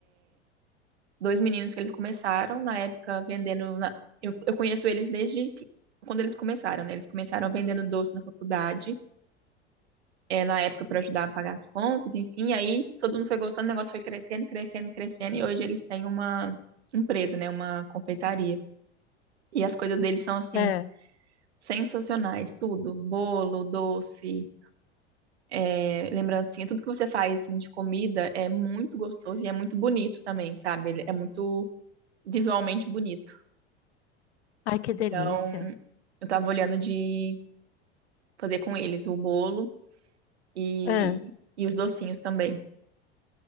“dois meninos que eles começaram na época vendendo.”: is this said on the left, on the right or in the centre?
Right